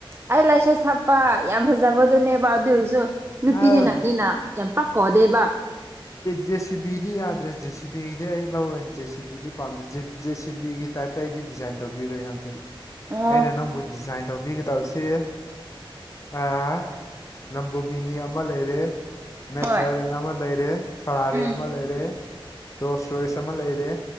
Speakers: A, on the right (about 25°); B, on the left (about 35°).
A: ꯑꯥꯏ ꯂꯥꯏꯁꯦꯁ ꯍꯥꯞꯄ ꯌꯥꯝ ꯐꯖꯕꯗꯨꯅꯦꯕ ꯑꯗꯨ ꯑꯣꯏꯔꯁꯨ ꯅꯨꯄꯤꯅꯤꯅ
B: ꯑꯥ
A: ꯃꯤꯅ ꯌꯥꯝ ꯄꯥꯛ ꯀꯧꯗꯦꯕ
B: ꯖꯦ ꯁꯤꯕꯤꯗꯤ ꯌꯥꯗ꯭ꯔꯦ ꯖꯦ ꯁꯤꯕꯤꯒꯤꯗꯤ ꯑꯩ ꯂꯧꯔꯣ ꯖꯦ ꯁꯤꯕꯤꯗꯤ ꯄꯥꯝꯗ꯭ꯔꯦ ꯖꯦ ꯁꯤꯕꯤꯒꯤ ꯑꯇꯩꯗꯤ ꯗꯤꯖꯥꯏꯟ ꯇꯧꯕꯤꯔꯣꯏ ꯅꯪꯁꯦ
A: ꯑꯣ
B: ꯑꯩꯅ ꯅꯪꯕꯨ ꯗꯤꯖꯥꯏꯟ ꯇꯧꯕꯤꯒꯗꯕꯁꯦ ꯑꯥ ꯂꯝꯕꯨꯒꯤꯅꯤ ꯑꯃ ꯂꯩꯔꯦ ꯃꯦꯀ꯭ꯂꯥꯔꯦꯟ
A: ꯍꯣꯏ
B: ꯑꯃ ꯂꯩꯔꯦ ꯐꯔꯥꯔꯤ
A: ꯎꯝ
B: ꯑꯃ ꯂꯩꯔꯦ ꯔꯣꯁ ꯔꯣꯏꯁ ꯑꯃ ꯂꯩꯔꯦ